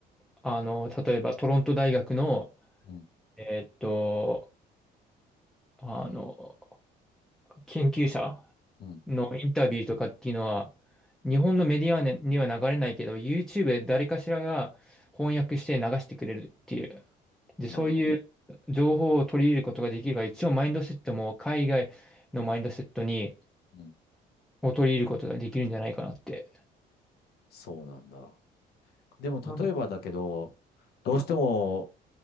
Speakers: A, in the centre; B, on the left (about 70°).
A: あの、例えばトロント大学の、
B: うん、
A: えーっと、あの、研究者
B: うん、
A: のインタビューとかっていうのは、日本のメディアには流れないけど、YouTube で誰かしらが翻訳して流してくれるっていう。で、
B: なるほど。
A: そういう情報を取り入れることができるから、一応マインドセットも海外のマインドセットに
B: うん、
A: を取り入れることができるんじゃないかなって。
B: そうなんだ。でも、例えばだけど、
A: なる
B: どうしても、